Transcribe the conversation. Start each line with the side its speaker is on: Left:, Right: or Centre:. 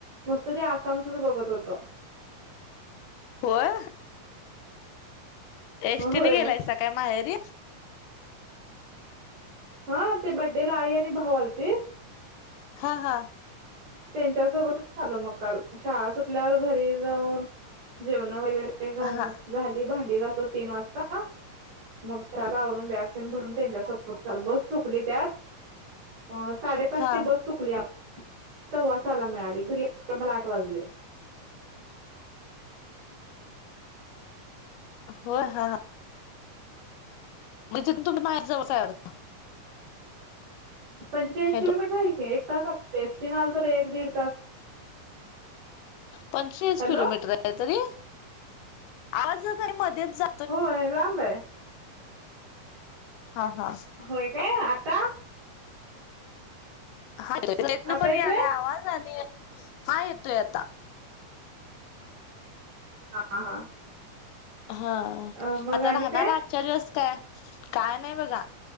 Right: नुस्त ते आसामचच बघत होतो.
Left: होय, एस
Right: होय
Left: टी ने गेलायसा काय माहेरी?
Right: हा ते बड्डेला आई आणि भाऊ आलतीत
Left: हा हा
Right: त्यांच्या सोबतच आलो मग काल शाळा सुटल्यावर घरी जाऊन जेवण वगैरे झाली
Left: हा
Right: भांडी घासून तीन वाजता. मग घराला आवरून बॅग तेन भरून त्यांच्यासोबत आलो बस चुकली त्यात अ साडेपाच
Left: हा
Right: ची बस चुकली आ सव्वासाहाला मिळाली घरी यायला मला आठ वाजले.
Left: होय हा ह. म्हनजे तेथून तुमच माहेर जवळच आहे वाढतं?
Right: पंचेचाळीस
Left: हॅलो
Right: किलोमीटर आहे की एक तास लागतोय एस टीन आल तर एक दीड तास.
Left: पंचेचाळीस
Right: हॅलो
Left: किलोमीटर आहे तरी आवाजाला काय मध्येच जा
Right: होय लांब आहे.
Left: हा हा
Right: होय काय आता?
Left: हा <unintelligible>
Right: आता येतोय
Left: यालय आवाज आणि हा येतोय आता.
Right: हा हा
Left: हा
Right: अं, मग
Left: आता
Right: आणि
Left: राहणार
Right: काय
Left: आजच्या दिवस काय? काय नाही बघा.